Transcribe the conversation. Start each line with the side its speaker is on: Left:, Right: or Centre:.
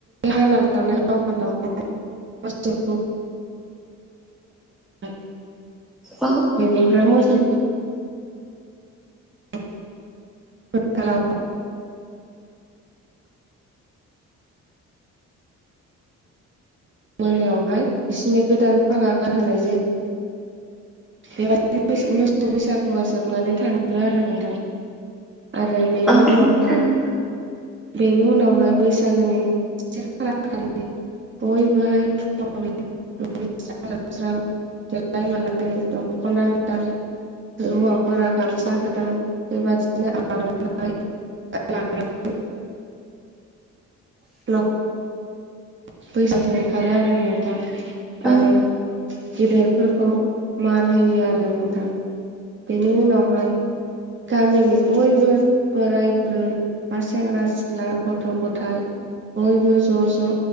Right: हाना लानानै फान्थावखौ <unintelligible>
Centre: औ
Right: बेनिफ्राय मोसौ <unintelligible> मोनायावहाय बिसिनो गोदान फागा गानहोनाय जायो। बेबादिनो मोसौ बैसागुआ जोबनानै थाङो आरो नोंथा। आरो बेनि
Centre: औ
Right: उनावहाय
Centre: औ थानो
Right: बेनि उनावहाय बैसाग बैसागोनि <unintelligible> बयबोहाय <unintelligible> स्रां लोबस्रां देलाय मालाय दख'ना गोदान हौवाफोरा गामसा गोदान बेबादिनो आर'नाइ <unintelligible> <unintelligible> बैसागो ओंखारो आरो नोंथां
Centre: औ
Right: आरो गेदेर फोरखौ मान होयो आरो नोंथां। बेनि उनावहाय गामिनि बयबो बो बोराय बुरै बा सेंग्रा सिख्ला गथ' गथायाइ। बयबो ज' ज'